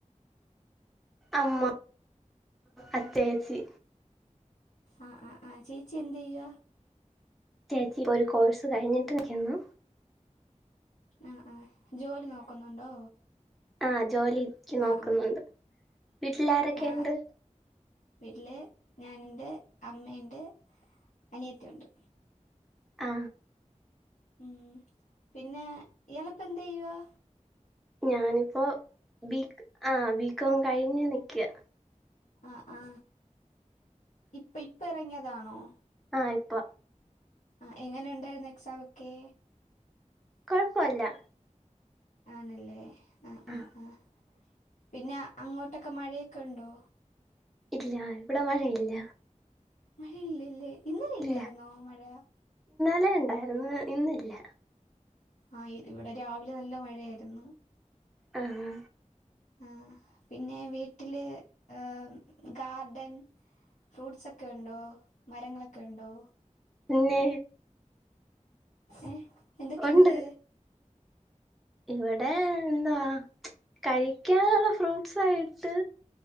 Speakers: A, in the centre; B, on the left.
A: അമ്മ അച്ചയച്ചി
B: ആ ആ ആ ചേച്ചി എന്ത്യ്യ
A: ചേച്ചി ഒരു കോഴ്സ് കഴിഞ്ഞിട്ടിക്കുന്നു
B: ആ ആ ജോലി നോക്കുന്നുണ്ടോ
A: ആ ജോലിക്ക് നോക്കുന്നുണ്ട്
B: ആഹ് ആഹ്
A: വീട്ടിൽ ആരൊക്കെ
B: ആഹ്
A: ഇണ്ട്
B: വീട്ടില് ഞാൻ ഇണ്ട് അമ്മേണ്ട് അനിയത്തി ഉണ്ട്
A: ആ
B: ഉം പിന്നെ ഇയാള് ഇപ്പ എന്ത്യ്യുവാ
A: ഞാനിപ്പോ ബീക്ക് ആ ബീക്കോം കഴിഞ്ഞു നിക്കാ
B: ആ ആ ഇപ്പ ഇപ്പ എറങ്ങിയതാണോ
A: ആ ഇപ്പോ
B: ആ എങ്ങനെ ഉണ്ടായിരുന്നു എക്സാം ഒക്കെ
A: കൊഴപ്പല്ല
B: ആണല്ലേ ആഹ്
A: ആ
B: ആഹ് ആഹ് പിന്നെ അങ്ങോട്ടൊക്കെ മഴയൊക്കെ ഉണ്ടോ
A: ഇല്ല ഇവിടെ മഴയില്ല
B: മഴയില്ല ഇല്ലേ ഇന്നലെ ഇല്ലായിരുന്നോ
A: ഇല്ല
B: മഴ
A: ഇന്നലെ ഉണ്ടായിരുന്ന് ഇന്നില്ല
B: ആ ഇവിടെ രാവിലെ നല്ല മഴയായിരുന്നു
A: ആഹ
B: ആ പിന്നെ വീട്ടില് ഉഹ് ഗാർഡൻ ഫ്രൂട്ട്സ് ഒക്കെ ഉണ്ടോ മരങ്ങളൊക്കെ ഉണ്ടോ
A: പിന്നെ
B: ഏ എന്തൊക്കെയുണ്ട്
A: ഉണ്ട് ഇവിടെ എന്തുവാ കഴിക്കാനുള്ള ഫ്രൂട്ട്സ് ആയിട്ട്